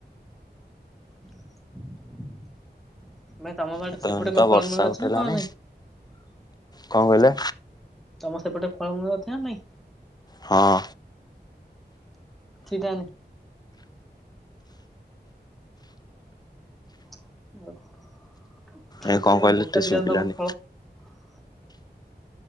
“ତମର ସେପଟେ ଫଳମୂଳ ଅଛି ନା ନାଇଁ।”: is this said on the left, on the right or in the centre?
Centre